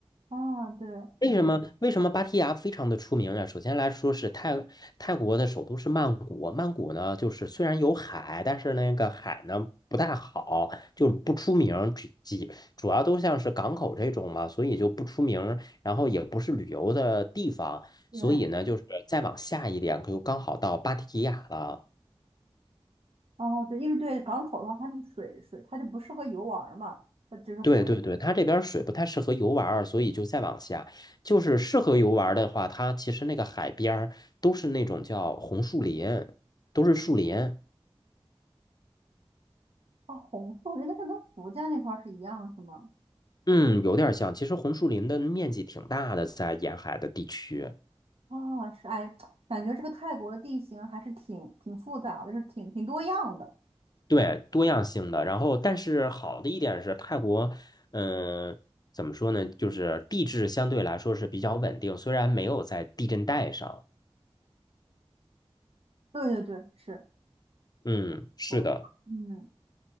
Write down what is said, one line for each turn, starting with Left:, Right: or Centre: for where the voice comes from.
Right: 啊，对
Left: 为什么为什么芭提雅非常的出名呀？首先来说是泰泰国的首都是曼谷，曼谷呢就是虽然有海，但是那个海呢不太好，就不出名，只几主要都像是港口这种嘛，所以就不出名，然后也不是旅游的地方，
Right: 对，
Left: 所以呢就是再往下一点，可就刚好到芭提雅了。
Right: 哦，对，因为对港口的话，它那个水水它就不适合游玩儿嘛，它只是画，
Left: 对对对，它这边儿水不太适合游玩儿，所以就再往下。就是适合游玩儿的话，它其实那个海边儿都是那种叫红树林，都是树林。
Right: 啊，红色人家个跟福建那块儿是一样是吗？
Left: 嗯，有点儿像。其实红树林的面积挺大的，在沿海的地区，
Right: 啊，是哎，感觉这个泰国的地形还是挺挺复杂的，就是挺挺多样的。
Left: 对，多样性的。然后，但是好的一点是泰国，嗯、怎么说呢？就是地质相对来说是比较稳定，虽然没有在地震带上。
Right: 对对对，是
Left: 嗯，是的，
Right: 我，嗯，